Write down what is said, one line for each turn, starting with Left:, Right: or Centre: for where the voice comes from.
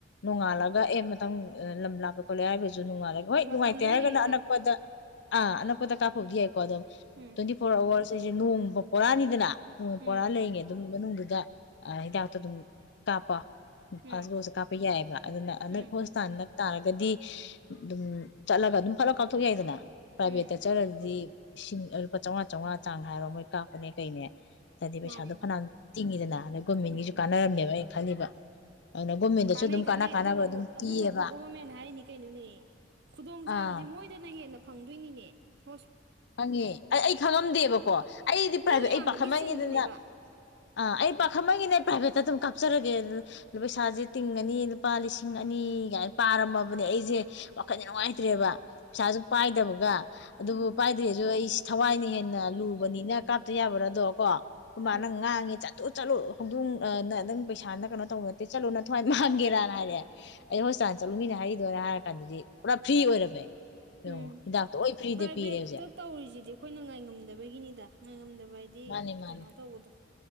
Left: ꯅꯣꯡꯉꯥꯜꯂꯒ ꯑꯦ ꯃꯊꯪ ꯂꯝ ꯂꯥꯞꯄꯦ ꯈꯣꯠꯂꯦ ꯍꯥꯏꯔꯒꯁꯨ ꯅꯨꯡꯉꯥꯜꯂꯒ ꯍꯣꯏ
Right: ꯃꯇꯝꯗꯣ
Left: ꯅꯨꯡꯉꯥꯏꯇꯦ
Right: ꯂꯩꯔꯤꯀꯥꯟ
Left: ꯍꯥꯏꯔꯒꯅ ꯑꯅꯛꯄꯗ ꯑ ꯑꯅꯞ <unintelligible> ꯀꯥꯞꯄꯨꯕꯗꯤ
Right: ꯎꯝ
Left: ꯌꯥꯏꯀꯣ ꯑꯗꯨꯗ
Right: ꯎꯝ
Left: ꯇ꯭ꯋꯦꯟꯇꯤ ꯐꯣꯔ ꯑꯋꯥꯔꯁ ꯑꯩꯈꯣꯏꯁꯦ ꯅꯣꯡꯃ ꯄꯣꯔꯥꯅꯤꯗꯅ <unintelligible>
Right: ꯎꯝ
Left: ꯄꯣꯔꯥ ꯂꯩꯔꯤꯉꯩ ꯑꯗꯨꯝ ꯃꯅꯨꯡꯗꯨꯗ ꯍꯤꯗꯥꯛꯇ ꯑꯗꯨꯝ ꯇꯄ
Right: ꯎꯝ
Left: ꯐꯥꯔꯁ ꯗꯣꯁꯦ ꯀꯥꯞꯄ ꯌꯥꯏꯑꯕ ꯑꯗꯨꯅ ꯑꯅꯛ
Right: ꯎꯝ
Left: ꯍꯣꯁꯄꯤꯇꯥꯜ ꯅꯛ ꯇꯥꯔꯒ ꯀꯗꯤ ꯑꯗꯨꯝ ꯆꯠꯂꯒ ꯑꯗꯨꯝ ꯐꯠꯂꯞ ꯀꯥꯞꯊꯣꯛ ꯌꯥꯏꯗꯅ ꯄ꯭ꯔꯥꯏꯚꯦꯠꯇ
Right: ꯎꯝ
Left: ꯆꯠꯂꯗꯤ ꯏꯁꯤꯡ ꯂꯨꯄꯥ ꯆꯥꯝꯃꯉꯥ ꯆꯥꯝꯃꯉꯥ ꯆꯥꯡ ꯍꯥꯏꯔꯣ ꯃꯣꯏ ꯀꯥꯞꯄꯅꯦ ꯀꯩꯅꯦ ꯑꯗꯤ ꯄꯩꯁꯥꯗꯣ
Right: ꯃꯥꯅꯤꯅꯦ
Left: ꯐꯅꯅ ꯇꯤꯡꯉꯤꯗꯅ ꯑꯗꯩ ꯒꯣꯔꯃꯦꯟꯒꯤꯁꯨ
Right: ꯎꯝ
Left: ꯀꯥꯟꯅꯔꯝꯃꯦꯕ ꯑꯩ ꯈꯜꯂꯤꯕ ꯑꯗꯨꯅ ꯒꯣꯔꯃꯦꯟꯗꯁꯨ
Right: ꯀꯥꯟꯅꯩ
Left: ꯑꯗꯨꯝ
Right: ꯀꯥꯟꯅꯩ
Left: ꯀꯥꯟꯅ ꯀꯥꯟꯅꯕ
Right: ꯑꯗꯨꯅꯕꯨ
Left: ꯑꯗꯨꯝ ꯄꯤꯌꯦꯕ
Right: ꯑꯗꯨꯅꯕꯨ ꯒꯣꯚꯔꯃꯦꯟ ꯍꯥꯏꯅꯤ ꯀꯩꯅꯣꯅꯦ ꯈꯨꯗꯣꯡꯆꯥꯥꯕꯗꯤ
Left: ꯑꯥ
Right: ꯃꯣꯏꯗꯅ ꯍꯦꯟꯅ ꯐꯪꯗꯣꯏꯅꯤꯅꯦ ꯍꯣ
Left: ꯈꯪꯉꯦ ꯑꯩ ꯑꯩ ꯈꯪꯉꯝꯗꯦꯕꯀꯣ ꯑꯩꯗꯤ
Right: ꯃꯤ
Left: ꯄ꯭ꯔꯥꯏꯚꯦꯠ
Right: ꯌꯥꯝꯕꯒꯤ
Left: ꯑꯩ ꯄꯥꯈꯠꯃꯟꯒꯦꯗꯅ
Right: ꯆꯤꯟꯕꯅꯦꯕ
Left: ꯑꯥ ꯑꯩ ꯄꯥꯈꯠꯃꯟꯒꯦꯅ ꯄ꯭ꯔꯥꯏꯚꯦꯠ ꯀꯞꯆꯔꯒꯦ ꯄꯩꯁꯥꯁꯦ ꯇꯤꯡꯉꯅꯤ ꯂꯨꯄꯥ ꯂꯤꯁꯤꯡ ꯂꯤꯁꯤꯡ ꯑꯅꯤꯒꯥꯏ ꯄꯥꯔꯝꯃꯕꯅꯦ ꯑꯩꯁꯦ ꯋꯥꯈꯟꯗ ꯅꯨꯡꯉꯥꯏꯇ꯭ꯔꯦꯕ ꯄꯩꯁꯥꯁꯨ ꯄꯥꯏꯗꯕꯒ ꯑꯗꯨꯕꯨ
Right: ꯎꯝ
Left: ꯍꯥꯏꯗ꯭ꯔꯦꯁꯨ ꯑꯩ ꯊꯋꯥꯏꯅ ꯍꯦꯟꯅ ꯂꯨꯕꯅꯤꯅ ꯀꯥꯞꯇ ꯌꯥꯕ꯭ꯔꯥꯗꯣ ꯀꯣ‌ ꯈ‌ꯣꯏꯃꯅ
Right: ꯍꯣꯏ
Left: ꯉꯥꯡꯉꯦ ꯆꯠꯂꯨ ꯆꯠꯂꯨ ꯍꯧꯗꯣꯡ ꯅꯪ ꯄꯩꯁꯥꯅ ꯀꯩꯅꯣ ꯇꯧꯕ ꯅꯠꯇꯦ ꯆꯠꯂꯨ ꯅꯊꯋꯥꯏ ꯃꯥꯡꯒꯦꯔꯥ ꯍꯥꯏꯔꯛꯑꯦ ꯑꯩ ꯍꯣꯁꯄꯤꯇꯥꯜ ꯆꯠꯂꯨꯃꯤꯅ ꯍꯥꯏꯔꯤꯗꯣꯏꯔ ꯍꯥꯏꯔ ꯀꯥꯟꯗꯗꯤ ꯄꯨꯔꯥ ꯐ꯭ꯔꯤ ꯑꯣꯏꯔꯝꯃꯦ ꯌꯦꯡꯉꯣ
Right: ꯎꯝ
Left: ꯍꯤꯗꯥꯛꯇꯣ ꯂꯣꯏ ꯐ꯭ꯔꯤꯗ
Right: ꯄ꯭ꯔꯥꯏꯕꯦꯠꯇ
Left: ꯄꯤꯔꯦ ꯍꯧꯖꯤꯛ
Right: ꯇꯧꯔꯤꯁꯤꯗꯤ ꯑꯩꯈꯣꯏꯅ ꯉꯥꯏꯉꯝꯗꯕꯒꯤꯅꯤꯗ ꯉꯥꯏꯉꯝꯗꯕ ꯍꯥꯏ ꯗꯤ
Left: ꯃꯥꯅꯦ ꯃꯥꯅꯦ
Right: ꯀꯩꯅꯣ ꯇꯧꯕꯗꯣ